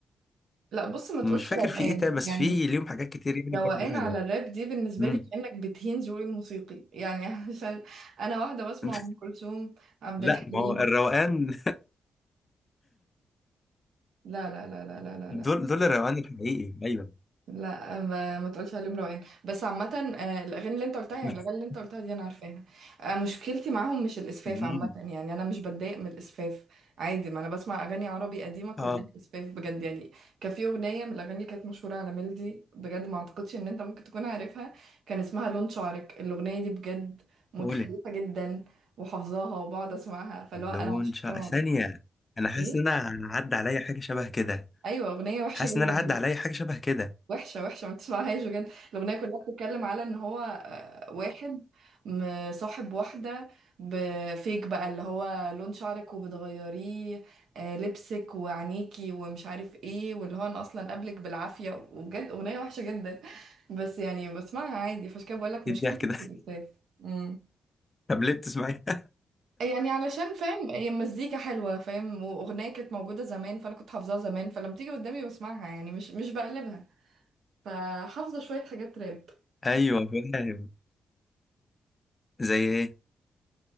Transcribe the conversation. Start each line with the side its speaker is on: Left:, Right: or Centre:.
Right: لا بص ما تقولش
Left: مش فاكر
Right: روقان
Left: في ايه تاني بس
Right: يعني
Left: في ليهم حاجات كتير يعني
Right: روقان
Left: برضه حلوه
Right: على الراب دي بالنسبة
Left: مم.
Right: لي كأنك بتهين ذوقي الموسيقي يعني <laughs> عشان أنا واحدة بسمع
Left: <laughs>
Right: أم كلثوم عبد
Left: لا
Right: الحليم
Left: ما هو الروقان
Right: لا لا لا لا لا
Left: <laughs>
Right: لا
Left: دول
Right: لا
Left: دول الروقان الحقيقي ايوه
Right: لا ما, ما تقولش عليهم روقان بس عامة آه، الأغاني اللي أنت قلتها
Left: <laughs>
Right: يعني الأغاني اللي أنت قلتها دي أنا عارفاها آه، مشكلتي معاهم مش الإسفاف
Left: مم.
Right: عامة يعني أنا مش بتضايق من الإسفاف عادي ما أنا بسمع أغاني عربي قديمة كلها
Left: اه
Right: إسفاف بجد يعني كان في أغنية من الأغاني اللي كانت مشهورة على ميلدي بجد ما أعتقدش إن أنت ممكن تكون عارفها كان اسمها لون شعرك الأغنية دي بجد متخلفة
Left: قولي
Right: جدا وحافظاها وبقعد أسمعها فاللي هو
Left: لون
Right: أنا عشان
Left: شعر
Right: كده ما
Left: ثانية
Right: بعرفهاش.
Left: انا حاسس
Right: إيه
Left: ان انا عدى عليا حاجة شبه كده
Right: أيوة أغنية وحشة
Left: حاسس
Right: جدا
Left: ان انا عدى عليا حاجة شبه كده
Right: وحشة وحشة ما تسمعهاش بجد الأغنية كلها بتتكلم على إن هو آه، واحد مصاحب واحدة بفيك بقى اللي هو لون شعرك وبتغيريه آه، لبسك وعينيكي ومش عارف ايه واللي هو أنا أصلا قبلك بالعافية وبجد أغنية وحشة جدا بس يعني بسمعها عادي فعشان كده بقولك مشكلتي
Left: ايه الضحك ده
Right: مش الاكتئاب
Left: <laughs>
Right: أمم.
Left: طب ليه بتسمعي
Right: يعني علشان فاهم هي مزيكا حلوة فاهم وأغنية كانت موجودة زمان فأنا كنت حافظاها زمان فلما تيجي قدامي بسمعها يعني مش مش بقلبها فحافظة شوية حاجات راب
Left: <laughs> ايوه فاهم زي ايه